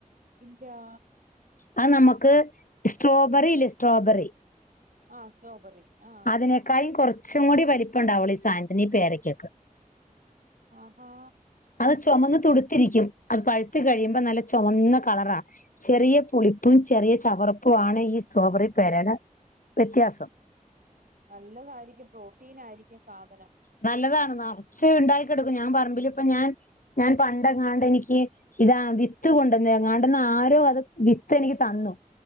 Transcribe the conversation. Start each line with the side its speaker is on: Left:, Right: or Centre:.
Right: ഇല്ലാ
Left: അത് നമ്മക്ക് സ്ട്രോബെറി ഇല്ലേ സ്ട്രോബെറി
Right: ആഹ് സറ്റ്രോബറി ആഹ്
Left: അതിനേക്കായും കുറച്ചും കൂടി വലിപ്പണ്ടാവൊള്ളൂ ഈ സായനത്തിന് പേരക്കക്ക്
Right: ആഹാ
Left: അത് ചുമന്ന് തുടുത്തിരിക്കും അത് പഴുത്ത് കഴിയുമ്പോ നല്ല ചുമന്ന കളറാ ചെറിയ പുളിപ്പും ചെറിയ ചവർപ്പുവാണ് ഈ സ്ട്രോബെറി പേരയുടെ വ്യത്യാസം
Right: നല്ലതായിരിക്കും പ്രോട്ടീനായിരിക്കും സാധനം
Left: നല്ലതാണ് നറച്ച്ണ്ടായി കെടക്കും ഞാൻ പറമ്പില് ഇപ്പ ഞാൻ ഞാൻ പണ്ടങ്ങാണ്ട് എനിക്ക് ഇതാ വിത്ത് കൊണ്ടന്നങ്ങാണ്ടന്ന് ആരോ അത് വിത്ത് എനിക്ക് തന്നു